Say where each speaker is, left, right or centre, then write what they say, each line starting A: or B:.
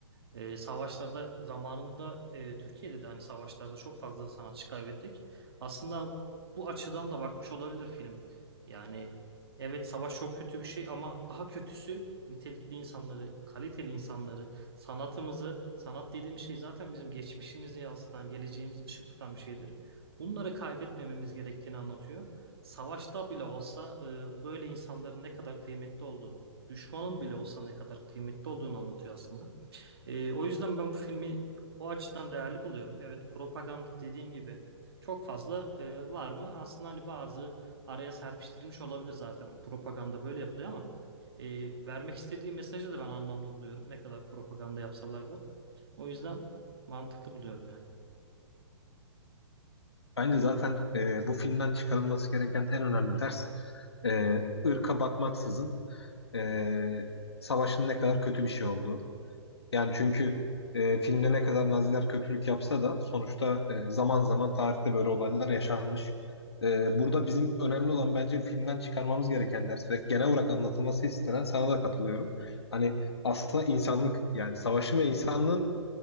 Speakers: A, on the right; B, on the left.
A: E, savaşlarda zamanında e, Türkiye'de de hani savaşlarda çok fazla sanatçı kaybettik. Aslında bu açıdan da bakmış olabilir film. Yani evet savaş çok kötü bir şey ama daha kötüsü nitelikli insanları, kaliteli insanları, sanatımızı, sanat dediğimiz şey zaten bizim geçmişimizi yansıtan, geleceğimizi ışık tutan bir şeydir. Bunları kaybetmememiz gerektiğini anlatıyor. Savaşta bile olsa e, böyle insanların ne kadar kıymetli olduğunu, düşmanın bile olsa ne kadar kıymetli olduğunu anlatıyor aslında. Ee, o yüzden ben bu filmi o açıdan değerli buluyorum. Evet, propaganda dediğin gibi çok fazla e, var mı? Aslında hani bazı araya serpiştirilmiş olabilir zaten. Hani propaganda böyle yapılıyor ama e, vermek istediği mesajı da ben anlamlı buluyorum. Ne kadar propaganda yapsalar da. O yüzden mantıklı buluyorum yani.
B: Bence zaten e, bu filmden çıkarılması gereken en önemli ders e, ırka bakmaksızın e, savaşın ne kadar kötü bir şey olduğu. Yani çünkü e, filmde ne kadar Naziler kötülük yapsa da sonuçta e, zaman zaman tarihte böyle olaylar yaşanmış. E, burada bizim önemli olan bence filmden çıkarmamız gereken ders ve genel olarak anlatılması istenen sana da katılıyorum. Hani aslında insanlık yani savaşın ve insanlığın